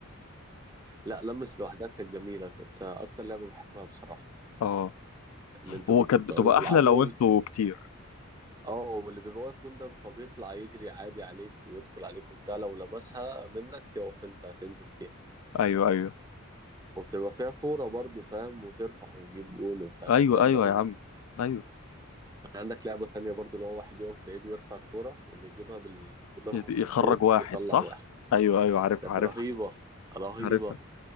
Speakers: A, on the right; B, on the left.
A: لا لمس لوحدها كانت جميلة كنت أكتر لعبة بحبها بصراحة
B: اه
A: إن أنت
B: هو
A: كنت
B: كانت
A: بتقعدوا
B: بتبقى
A: تلعبوا
B: احلى لو
A: وال-
B: انتوا كتير
A: اه واللي بيبقى واقف جندب فبيطلع يجري عادي عليك ويدخل عليك وبتاع لو لمسها منك تقف أنت هتنزل فيها
B: ايوه ايوه
A: وبتبقى فيها فورة برضو فاهم وترفع وتجيب جون وبتاع
B: ايوه
A: كانت جامدة
B: ايوه
A: أوي
B: يا عم ايوه
A: عندك لعبة تانية برضو اللي هو واحد يقف بعيد ويرفع الكورة واللي يجيبها بالدماغ
B: يت- يخرج
A: في الجون
B: واحد
A: يطلع
B: صح
A: واحد
B: ايوه ايوه عارفها
A: كانت
B: عارفها
A: رهيبة رهيبة
B: عارفها